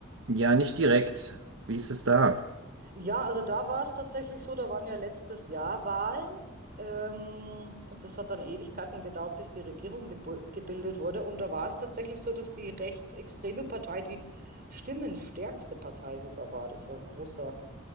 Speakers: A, on the right (about 70°); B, on the right (about 45°).
A: ja, nicht direkt. Wie ist es da?
B: Ja, also da war es tatsächlich so, da waren ja letztes Jahr Wahlen ähm, und das hat dann Ewigkeiten gedauert, bis die Regierung gebu- gebildet wurde. Und da war es tatsächlich so, dass die rechtsextreme Partei die stimmenstärkste Partei sogar war. Das war ein großer,